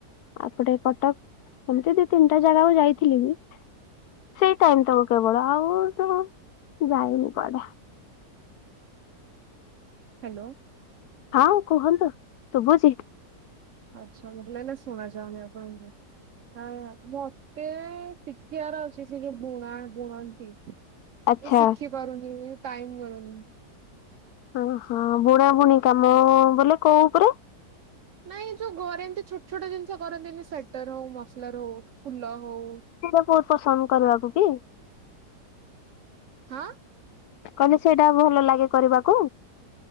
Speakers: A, on the left; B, on the right.
A: ଏପଟେ କଟକ ଏମତି ଦି ତିନିଟା ଜାଗାକୁ ଯାଇଥିଲି ବି ସେଇ ଟାଇମ୍ ତଳୁ କେବଳ ଆଉ ସେଡା ଯାଇନି କୁଆଡେ।
B: ହାଲୋ
A: ହଁ କୁହନ୍ତୁ ଶୁଭୁଚି
B: ଆଛା ମତେଲାଗିଲା ଶୁଣାଯାଉନି ଆପଣଙ୍କ ଭଏସ୍। ହଁ ମୁଁ ଅଛ୍ ଏ ଶିକିଆର ଅଛି ସେ ଯୋଉ ବୁଣା ବୁଣନ୍ତି। ମୁଁ
A: ଆଚ୍ଛା
B: ଶିଖିପାରୁନି। ଟାଇମ୍ ମିଳୁନି।
A: ଓ ହଁ ବୁଣାବୁଣି କାମ ବୋଲେ କୋଉ ଉପରେ?
B: ନାଇଁ ଏ ଯୋଉ ଘରେ ଏମିତି ଛୋଟ ଛୋଟ ଜିନିଷ କରନ୍ତିନି ସ୍ଵେଟର ହଉ ମଫଲର ହଉ ଫୁଲ ହଉ।
A: <unintelligible> ପସନ୍ଦ କରିବାକୁ ବି?
B: ହଁ।
A: କହିଲେ ସେଇଟା ଭଲ ଲାଗେ କରିବାକୁ?